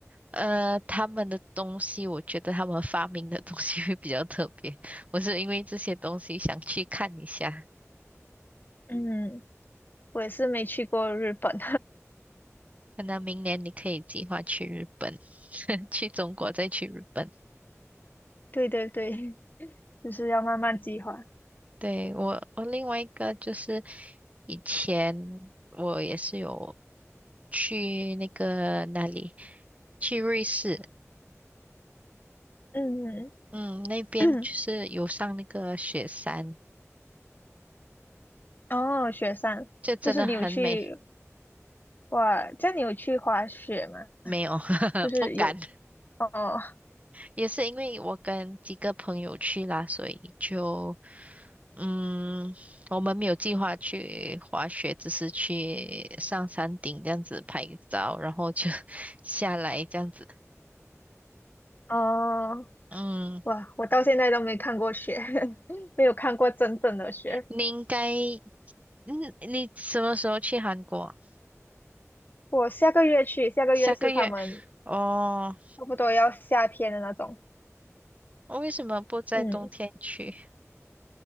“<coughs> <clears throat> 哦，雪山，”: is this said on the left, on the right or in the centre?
Left